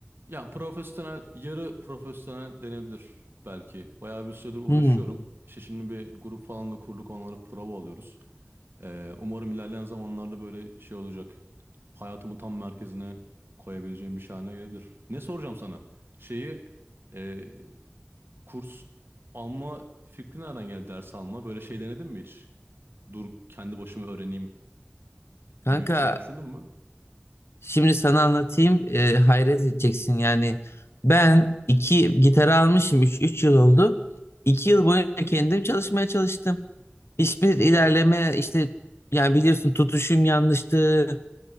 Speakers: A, on the right; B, on the left.
A: Ya profesyonel, yarı profesyonel denebilir belki. Bayağı bir süredir uğraşıyorum.
B: Hmm.
A: İşte şimdi bir grup falan da kurduk, onlara prova alıyoruz. Ee, umarım ilerleyen zamanlarda böyle şey olacak. Hayatımı tam merkezine koyabileceğim bir şey haline gelebilir. Ne soracağım sana? Şeyi, e, kurs alma fikri nereden geldi ders alma? Böyle şey denedin mi hiç? Dur kendi başıma öğreneyim
B: Kanka
A: gibi bir şeyler düşündün mü?
B: Şimdi sana anlatayım e, hayret edeceksin yani ben iki gitar almışım üç üç yıl oldu 2 yıl boyunca kendim çalışmaya çalıştım hiçbir ilerleme işte yani biliyorsun tutuşum yanlıştı